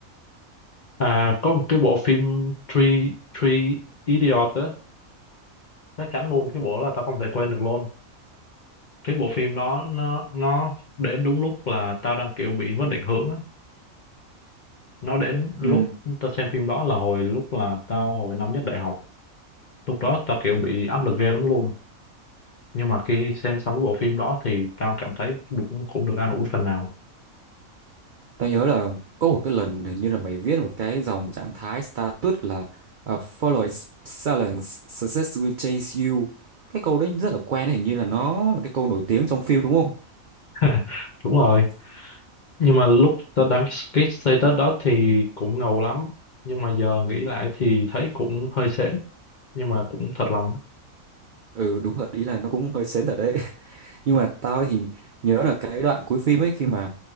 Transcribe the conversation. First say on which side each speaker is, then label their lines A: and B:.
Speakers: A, on the left; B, on the right.
A: à có một cái bộ phim Three Three Idiot á chắc chắn luôn cái bộ đó là tao không thể quên được luôn cái bộ phim đó nó nó đến đúng lúc là tao đang kiểu bị mất định hướng á nó đến lúc
B: ừ
A: tao xem phim đó là hồi lúc là tao hồi năm nhất đại học lúc đó tao kiểu bị áp lực ghê lắm luôn nhưng mà khi xem xong cái bộ phim đó thì tao cảm thấy cũng cũng được an ủi phần nào
B: Tao nhớ là có một cái lần hình như là mày viết một cái dòng trạng thái status là à, Follow is silence, success will chase you. Cái câu đấy rất là quen, hình như là nó là cái câu nổi tiếng trong phim đúng không?
A: <laughs> đúng rồi nhưng mà lúc tao đăng cái status đó thì cũng ngầu lắm nhưng mà giờ nghĩ lại thì thấy cũng hơi sến nhưng mà cũng thật lòng á.
B: Ừ đúng thật, ý là nó cũng hơi sến thật đấy. <laughs> Nhưng mà tao thì nhớ là cái đoạn cuối phim ấy khi mà